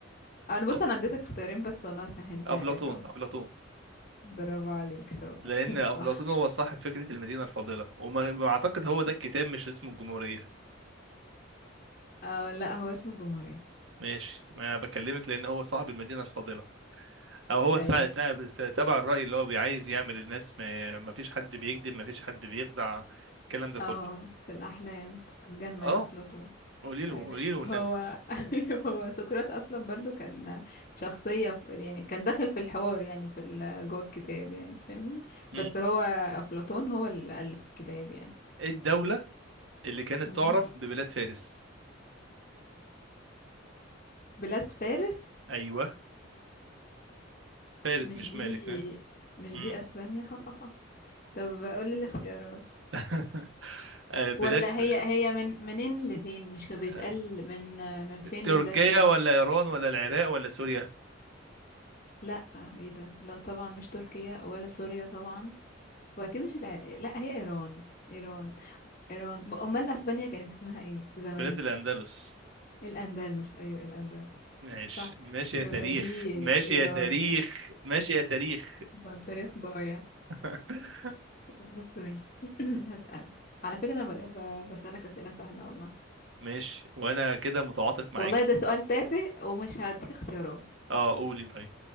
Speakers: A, on the left; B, on the right.
A: أنا بص
B: أو-
A: أنا اديتك اختيارين بس والله سهلتها
B: أفلاطون
A: لك أهو
B: أفلاطون
A: برافو عليك شاطر
B: لأن أفلاطون
A: <laughs> صح
B: هو صاحب فكرة المدينة الفاضلة وما ما أعتقد هو ده الكتاب مش اسمه الجمهورية
A: اه لا هو اسمه الجمهورية
B: ماشي ما أنا بكلمك لأن هو صاحب المدينة الفاضلة أو هو
A: أيوة
B: سا- تع- تبع الرأي اللي هو بيعايز يعمل الناس ما ما فيش حد بيكذب ما فيش حد بيخدع الكلام ده كله
A: اه في الأحلام في الجنة
B: أه
A: يا أفلاطون
B: قولي له
A: أيوة.
B: قولي له والنبي
A: هو <laughs> أيوة، هو سقراط اصلا برضو كان شخصيه في يعني كان داخل في الحوار يعني في ال- جوه الكتاب يعني فاهمني
B: مم.
A: بس هو افلاطون هو اللي الف الكتاب يعني
B: إيه الدولة اللي كانت
A: مم.
B: تعرف ببلاد فارس
A: بلاد فارس
B: أيوه فارس
A: مش
B: مش
A: دي
B: مالك ها
A: مش
B: مم.
A: دي اسبانيا <laughs> طب قول لي الاختيارات
B: <laughs> آه، بلاد
A: ولا
B: ف...
A: هي هي من منين لفين مش كان بيتقال
B: آه،
A: من من فين
B: تركيا
A: لبلاد فارس
B: ولا إيران ولا العراق ولا سوريا
A: لا ايه ده لا طبعا مش تركيا ولا سوريا طبعا واكيد مش الع... لا هي ايران ايران ايران ب- امال اسبانيا كانت اسمها ايه زمان
B: بلاد الأندلس
A: الاندلس ايوه الاندلس <laughs>
B: ماشي
A: صح
B: ماشي يا
A: يبقى
B: تاريخ
A: دي
B: ماشي
A: ايران
B: يا تاريخ ماشي يا تاريخ
A: ده التاريخ ضايع
B: <laughs>
A: بس ماشي <clears throat> هسألك على فكرة انا ب- ب- بسألك اسئلة سهلة والله
B: ماشي وانا كده متعاطف معاكي
A: والله ده سؤال تافه ومش هديك اختيارات
B: اه قولي طيب